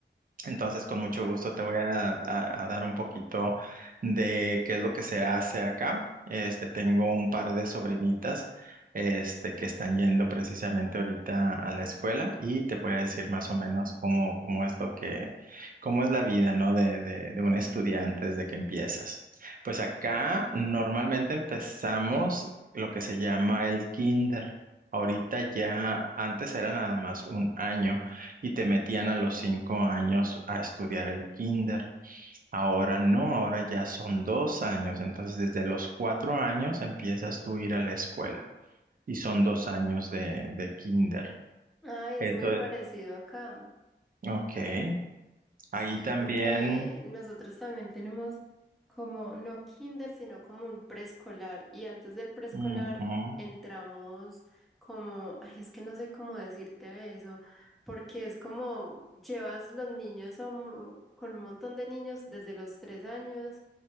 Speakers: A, on the right; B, in the centre.
A: Entonces, con
B: Ah,
A: mucho gusto te voy a, a- a dar un poquito de qué es lo que se hace acá. Este, tengo un par de sobrinitas, este, que están yendo precisamente ahorita a la escuela y te voy a decir
B: ujú.
A: más o menos cómo, cómo es lo que, cómo es la vida, ¿no? De, de, de un estudiante desde que empiezas. Pues acá normalmente empezamos lo que se llama el kinder. Ahorita ya, antes era nada más un año y te metían a los cinco años a estudiar el kinder. Ahora no, ahora ya son dos años, entonces desde los cuatro años empiezas tú a ir a la escuela y son dos años de, de kinder.
B: Ay,
A: Eso
B: es muy parecido
A: es,
B: acá.
A: ok.
B: Sí,
A: Ahí también,
B: porque nosotros también tenemos como, no kinder, sino como un preescolar. Y antes del preescolar
A: ujú.
B: entramos como, ay, es que no sé cómo decirte de eso, porque es como llevas los niños a un- con un montón de niños desde los tres años